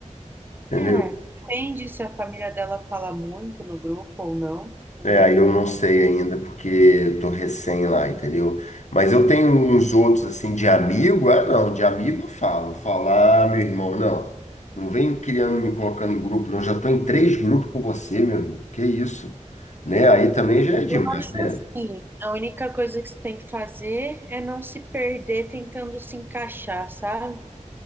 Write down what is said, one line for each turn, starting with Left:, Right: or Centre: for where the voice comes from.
Left: Entendeu?
Right: é, depende se a família dela fala muito no grupo ou não também.
Left: É, aí eu não sei ainda, porque eu tô recém lá, entendeu? Mas eu tenho uns outros, assim, de amigo. Ah, não, de amigo eu falo. Falar, ah, meu irmão, não. Não vem criando, me colocando em grupo, não. Já tô em três grupos com você, meu irmão. Que isso? Né? Aí também já é demais,
Right: Eu acho
Left: né?
Right: assim, a única coisa que você tem que fazer é não se perder tentando se encaixar, sabe?